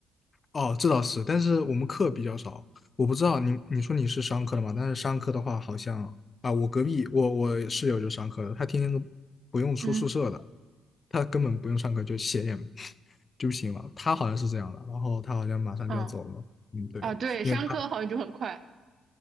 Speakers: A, on the left (about 35°); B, on the right (about 55°).
A: 哦，这倒是，但是我们课比较少，我不知道你你说你是商科的嘛？但是商科的话，好像啊，我隔壁我我室友就商科的，他天天都不用出宿舍的，
B: 嗯
A: 他根本不用上课就写点 <laughs> 就行了，他好像是这样的，然后他好像马上就要走了，
B: 嗯
A: 嗯，对，
B: 啊，对，
A: 因为他
B: 上课好像就很快。